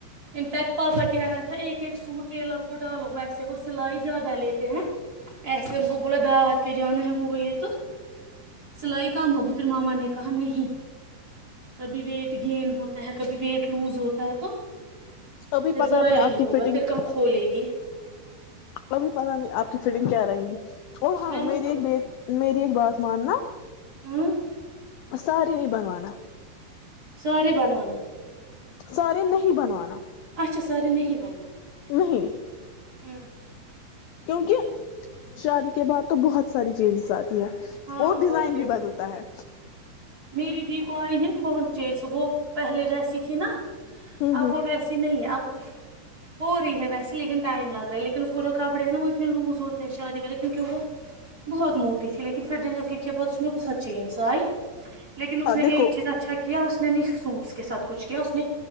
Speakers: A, on the right; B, on the left.
A: انفیکٹ پاپا کہ رہا تھا ایک ایک سوٹ ٹیلر کو ڈالو ویسے وہ سلائی زیادہ لیتے ہیں ایسے ان کو بولا دعوت کے جانا ہے وہ یہ تو سلائی کم ہوگی پھر ماما نے کہا نہیں کبھی ویٹ گین ہوتا ہے کبھی ویٹ لوس ہوتا ہے
B: کبھی
A: پھر
B: پتا
A: ضائع
B: نہیں آپ
A: ہی
B: کی
A: ہوگا
B: فٹنگ
A: پھر کہاں کھولے گی
B: کبھی پتا نہیں آپ کی فٹنگ کیا رہیں گی اور ہاں
A: ہے
B: میری
A: نا تو
B: ایک ب میری ایک بات ماننا
A: ہاں
B: سارے نہیں بنوانا
A: ساری بننا
B: سارے نہیں بنوا
A: اچ ساری ن نہیں بنان
B: نہیں
A: ہوں
B: کیونکہ شادی کے بعد تو بہت ساری چینزز آتی
A: ہاں
B: اور ڈیزائن
A: کیا
B: بھی بدلتا ہے
A: میری دی کو آئی بت چینج وہ پہلے جیسی تھی نا
B: ہ
A: اب وہ ویسی نہیں ہے اب ہو رہی ہے ویسے لیکن ٹائم لگ رہا ہے لیکن اس کو جو کپڑے ہیں نا وہ اتنے لوز ہوتے ہیں شادی والے کیونکہ وہ بہت موت تھی لیکن پھر ڈلیوری کے بعد اس میں بہت چینج آئی لیکن اس
B: ہ
A: نے
B: دیکھو
A: ایک چیز اچھا کیا اس نے نہیں سوٹس کے ساتھ کچھ کیا نے